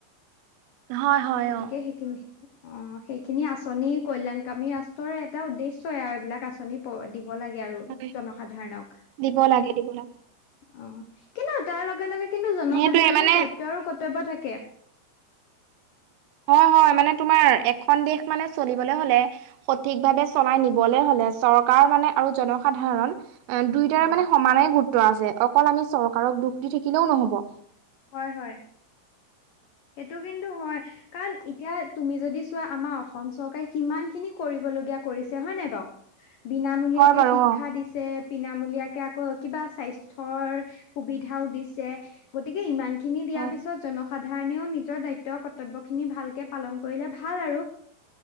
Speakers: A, on the right (about 85°); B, on the left (about 80°).
A: হয়। হয়,
B: গতিকে,
A: অ'।
B: সেইখিনি। অ, সেইখিনি আঁচনি কল্যাণকামী ৰাষ্ট্ৰৰ এটা উদ্দেশ্যই আৰু। এইবিলাক আঁচনি পৰে। দিব লাগে আৰু
A: হয়
B: জনসাধাৰণক।
A: দিব লাগে দিব লাগে
B: অ, কিন্তু তাৰ লগে - লগে কিন্তু জনসাধাৰণৰো
A: সেইটোয়ে মানে
B: দায়িত্ব আৰু কৰ্তব্য থাকে।
A: হয়- হয় মানে তোমাৰ এখন দেশ মানে চলিবলে হলে সঠিক ভাৱে চলাই নিবলৈ হলে, চৰকাৰ মানে আৰু জনসাধাৰণ দুইটাৰে
B: অ'
A: মানে সমানে গুৰুত্ব আছে। অকল আমি চৰকাৰক দুখ দি থাকিলেও নহব।
B: হয়- হয়। সেইটো কিন্তু হয়। কাৰণ এতিয়া তুমি যদি চোৱা আমাৰ অসম চৰকাৰে কিমান খিনি কৰিবলগীয়া কৰিছে। হয় নাই বাৰু?
A: <inaudible>
B: বিনামূলীয়াকে
A: হয় বাৰু
B: শিক্ষা
A: অ
B: দিছে। বিনামলীয়াকে আকৌ কিবা স্বাস্থ্যৰ সুবিধাও দিছে। গতিকে ইমান খিনি দিয়াৰ
A: হয়
B: পিছত জনসাধাৰণেও নিজৰ দায়িত্ব কৰ্তব্য খিনি ভালকে পালন কৰিলে ভাল আৰু।